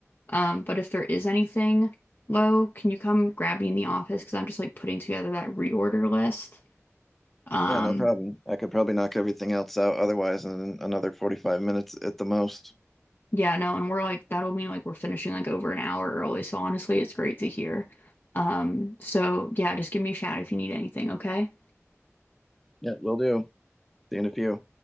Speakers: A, on the left; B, in the centre.
A: Um, but if there is anything low, can you come grab me in the office? Because I'm just like putting together that reorder list. Um,
B: Yeah, no problem. I could probably knock everything else out otherwise in another 45 minutes at the most.
A: yeah, no, and we're like, that'll mean like we're finishing like over an hour early. So honestly, it's great to hear. Um, so yeah, just give me a shout if you need anything, okay?
B: Yeah, will do. See you in a few.